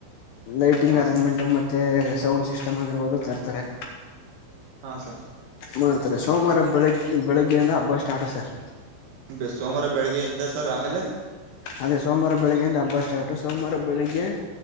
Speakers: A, on the left (about 70°); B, on the right (about 80°).
A: ಲೈಟಿಂಗ್
B: ಹಾಂ
A: ಅರಂಜೆಂಟ್
B: ಸರ್
A: ಮತ್ತ್ ಮತ್ತೆ ಸೌಂಡ್ ಸಿಸ್ಟಮ್ ಆಗಿರ್ಬೋದು ತರ್ತಾರೆ
B: ಹಾ ಸರ್
A: ಮಾಡ್ತಾರೆ ಸೋಮವಾರ ಬೆಳಗ್ಗೆ ಬೆಳಿಗ್ಗೆಯಿಂದ ಹಬ್ಬ ಸ್ಟಾರ್ಟ್ ಸರ್
B: ಬ ಸೋಮವಾರ ಬೆಳಿಗ್ಗೆಯಿಂದ ಸರ್ ಆಮೇಲೆ
A: ಅದೇ ಸೋಮವಾರ ಬೆಳಿಗ್ಗೆಯಿಂದ ಹಬ್ಬ ಸ್ಟಾರ್ಟು ಸೋಮವಾರ ಬೆಳಿಗ್ಗೆ